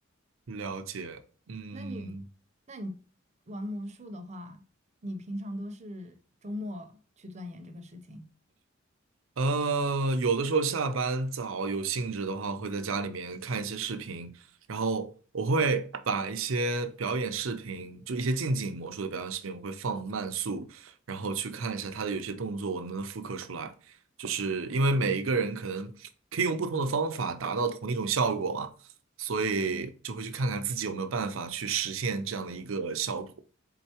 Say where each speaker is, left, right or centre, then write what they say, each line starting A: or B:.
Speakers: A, on the right; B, on the right.
A: 了解。嗯，
B: 那你，那你玩魔术的话，你平常都是周末去钻研这个事情？
A: 呃，有的时候下班早有兴致的话，会在家里面看一些视频，然后我会把一些表演视频，就一些近景魔术的表演视频，我会放慢速，然后去看一下他的有些动作我能不能复刻出来。就是因为每一个人可能可以用不同的方法达到同一种效果嘛，所以就会去看看自己有没有办法去实现这样的一个效果。
B: 嗯，